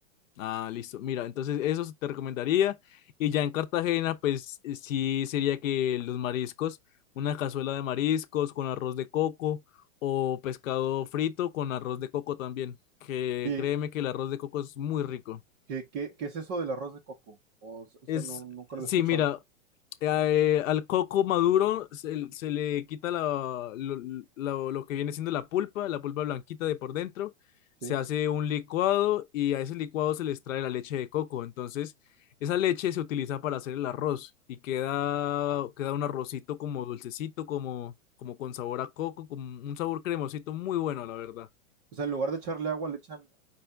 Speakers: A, on the left (about 70°); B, on the right (about 15°).
A: Ah, listo. Mira, entonces eso te recomendaría. Y ya en Cartagena, pues eh, sí sería que los mariscos, una cazuela de mariscos con arroz de coco o pescado frito con arroz de coco también, que
B: Oye,
A: créeme que el arroz de coco es muy rico.
B: ¿qué, qué, qué es eso del arroz de coco? O, s- eso
A: Es,
B: no, nunca lo
A: sí,
B: había escuchado,
A: mira, eh, al coco maduro se, se le quita la- lo, lo- lo que viene siendo la pulpa, la pulpa blanquita de por dentro, se
B: ¿sí?
A: hace un licuado y a ese licuado se le extrae la leche de coco. Entonces, esa leche se utiliza para hacer el arroz y queda, queda un arrocito como dulcecito, como, como con sabor a coco, con un sabor cremosito muy bueno, la verdad.
B: O sea, en lugar de echarle agua, le echan